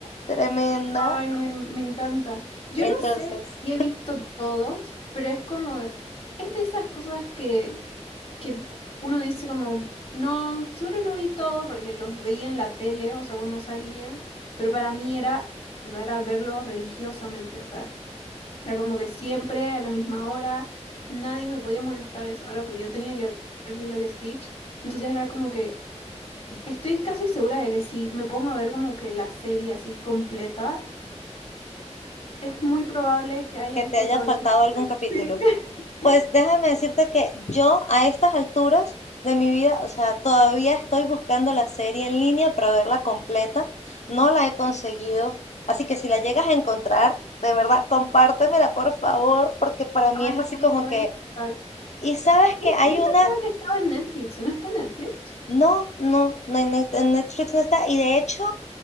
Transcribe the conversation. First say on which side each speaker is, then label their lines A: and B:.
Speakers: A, on the left (about 75°); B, on the left (about 55°).
A: tremenda.
B: Ay, me, me encanta. Yo
A: Entonces.
B: no sé si he visto todos, pero es como, es de esas cosas que, que uno dice como, no, seguro no vi todo porque los veía en la tele, o sea, cuando salían, pero para mí era, o sea, era verlo religiosamente, o sea, era como que siempre a la misma hora, nadie me podía molestar a esa hora porque yo tenía que ver Lilo y Stitch, entonces era como que, estoy casi segura de que si me pongo a ver como que la serie así completa, es muy probable que haya
A: que
B: visto
A: te haya
B: todos
A: faltado
B: los episodios.
A: algún capítulo.
B: Sí. <laughs>
A: Pues déjame decirte que yo a estas alturas de mi vida, o sea, todavía estoy buscando la serie en línea para verla completa. No la he conseguido. Así que si la llegas a encontrar, de verdad, compártemela por favor, porque para mí
B: Ay,
A: es así
B: sí,
A: como
B: lo
A: que...
B: voy a buscar.
A: Y sabes
B: Mira,
A: que hay
B: yo pensaba
A: una...
B: que estaba en Netflix, ¿no está en Netflix?
A: No, no, no en Net- en Netflix no está. Y de hecho,